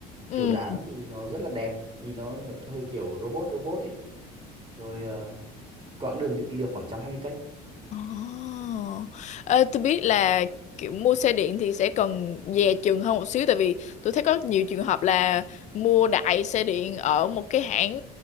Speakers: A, on the left; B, on the right.
A: Ừ.
B: kiểu dáng thì nó rất là đẹp nhìn nó nhiều- hơi kiểu robot robot ấy rồi ờ, quãng đường đi được khoảng trăm hai mươi cây
A: Oh. Ê, tôi biết là kiểu mua xe điện thì sẽ cần dè chừng hơn một xíu tại vì tôi thấy có nhiều trường hợp là mua đại xe điện ở một cái hãng